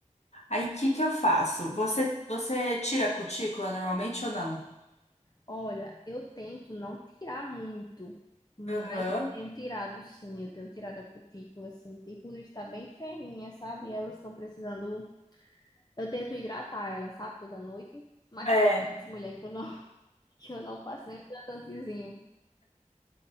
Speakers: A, on the left; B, on the left.
A: Aí, o que que eu faço? Você, você tira a cutícula normalmente ou não?
B: Olha, eu tento não tirar muito, mas
A: Aham.
B: eu tenho tirado sim, eu tenho tirado a cutícula, assim. A cutícula está bem ferrinha, sabe? Elas estão precisando. Eu tento hidratar ela, sabe, toda noite, mas
A: É.
B: tem noites, mulher, que eu não, <laughs> que eu não passo nem hidratantezinho.